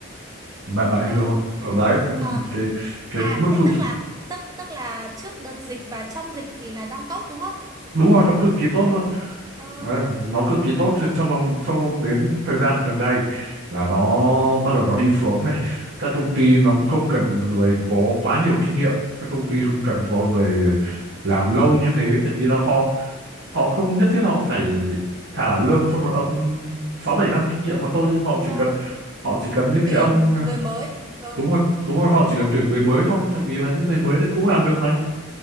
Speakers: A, on the right; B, on the right.
A: bạn bạn
B: ừ
A: hiểu đúng không ở đấy
B: à
A: cái cái
B: à
A: mức
B: thế
A: thu
B: tức là tức tức là trước đợt dịch và trong dịch thì là đang tốt đúng không
A: đúng rồi nó cực kỳ tốt luôn
B: ờ
A: Đấy, nó cực kỳ tốt cho cho vòng cho đến thời gian gần đây là nó bắt đầu nó đi xuống này các công ty nó cũng không cần người có quá nhiều kinh nghiệm các công ty không cần có người làm lâu như thế tại vì là họ họ không nhất thiết họ phải trả lương cho một ông sáu bảy năm kinh nghiệm mà tôi họ chỉ
B: ờ
A: cần họ chỉ cần những cái
B: tuyển
A: ông
B: người mới ờ
A: đúng rồi đúng rồi họ chỉ cần tuyển người mới thôi tại vì là những người mới đấy cũng làm được mà